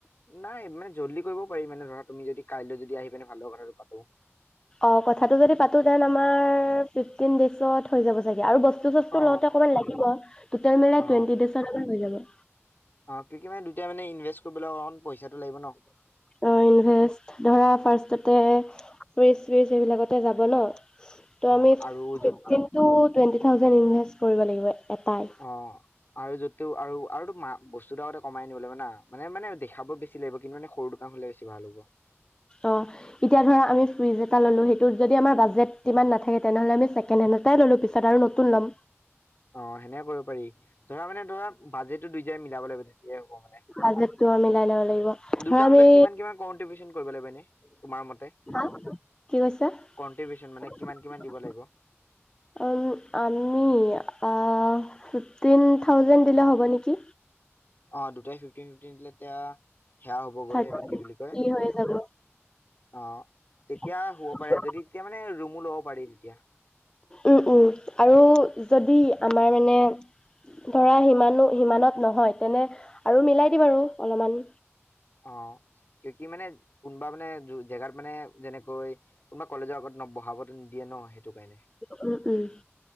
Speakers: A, on the left; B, on the left.
A: নাই মানে জল্দি কৰিব পাৰি মানে ধৰা তুমি যদি কাইলৈ যদি আহি পিনে ভালদৰে কথাটো পাতো
B: অ কথাটো যদি পাতো দেন আমাৰ ফিফটিন ডেইজত হৈ যাব চাগে আৰু বস্তু বস্তু ছষ্টো
A: অ
B: লওঁতে অকণমান লাগিব টোটেল মিলাই
A: অ
B: টুৱেন্টি ডেইচত আমাৰ হৈ যাব ।
A: অ কি কি মানে দুটাই মানে ইনভেষ্ট কৰিবলৈ অকণ পইচাটো লাগিব ন
B: অ ইনভেষ্ট ধৰা ফাৰ্ষটতে ফ্ৰীজ ছিৰিজ এইবিলাকতে যাব ন ত
A: অ
B: আমি ফিফটিন
A: আৰু যোন
B: টোত টুৱেণ্টি থাউচেণ্ড ইনভেষ্ট কৰিব লাগিব এটাই
A: অ আৰু য'তেও আৰু আৰু মা বস্তু এটা আগতে কমাই আনিব লাগিব না মানে মানে দেখাব বেছি লাগিব কিন্তু মানে সৰু দোকান হলে বেছি ভাল হ'ব
B: অ এতিয়া ধৰা আমি ফ্ৰিদজ এটা ল'লো, সেইটোত যদি আমাৰ বাজেট ইমান নাথাকে তেনেহ'লে চেকেণ্ড হেন্ড এতাই ল'লো পিছত আৰু নতুন ল'ম।
A: অ সেনেকে কৰিব পাৰি, ধৰা মানে ধৰা বাজেটটো দুইতাই মিলাব লাগিব তেতিয়াই হ'ব মানে।
B: বাজেটটো মিলাই ল'ব লাগিব
A: দুটাৰ
B: ধৰা আমি
A: মাজত কিমান কিমান কনট্ৰিবিউচন কৰিব লাগিব এনে, তোমাৰ মতে?
B: হা কি কৈছা
A: কন্ট্ৰিবিউচন মানে
B: <unintelligible>
A: কিমান কিমান দিব লাগিব
B: উম আমি আ ফিফটিন থাউজেণ্ড দিলে হ'ব নেকি?
A: অ দুটাই ফিফটিন ফিফটিন দিলে তেতিয়া সেয়া হবগৈ
B: থাৰ্টি
A: এইটো কি বুলি কয়
B: হৈ যাব
A: অ তেতিয়া
B: <unintelligible>
A: হ'ব পাৰে যদি তেতিয়া মানে ৰুমো ল'ব পাৰি তেতিয়া
B: উম উম আৰু যদি আমাৰ মানে ধৰা সিমানো সিমানত নহয় তেনে আৰু মিলাই দিম আৰু অলমান।
A: অ কিউ কি মানে কোনবা মানে জেগাত মানে যেনেকৈ কোনবা কলেজৰ আগত বঢ়াবটো নিদিয়ে ন সেইটো কাৰণে।
B: উম উম